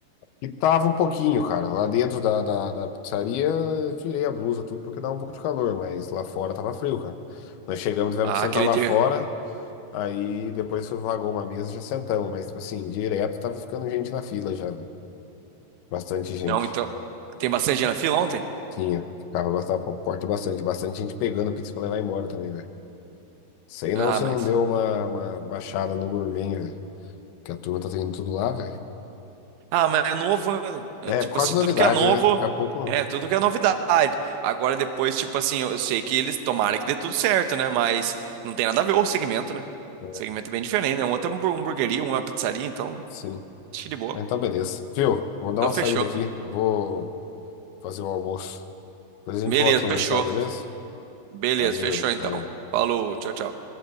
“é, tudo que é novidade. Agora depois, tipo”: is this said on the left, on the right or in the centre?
Right